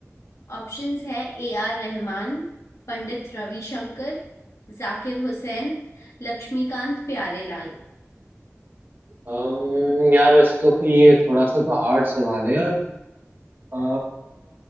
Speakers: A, on the left; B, on the right.
A: ऑप्शंस है ए आर रहमान पंडित रविशंकर जाकिर हुसैन लक्ष्मीकांत प्यारेलाल
B: अम्म, यार वैसे तो ये थोड़ा सा तो हार्ड सवाल है यार अ,